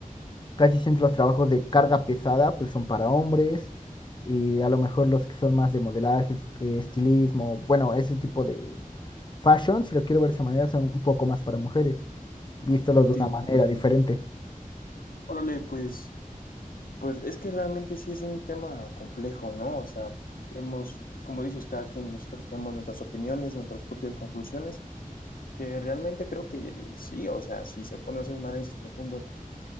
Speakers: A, on the left; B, on the left.
A: Casi siempre los trabajos de carga pesada pues son para hombres y a lo mejor los que son más de modelaje, es- eh, estilismo, bueno, ese tipo de fashion, si lo quiero ver de esa manera, son un poco más para mujeres, visto de
B: Entiendo,
A: una manera
B: entiendo.
A: diferente.
B: entiendo. Órale, pues, pues es que realmente sí es un tema complejo, ¿no? O sea, hemos, como dices, cada quien, nosotros tenemos nuestras opiniones, nuestras propias conclusiones, que realmente creo que sí, o sea, si se pone a hacer un análisis profundo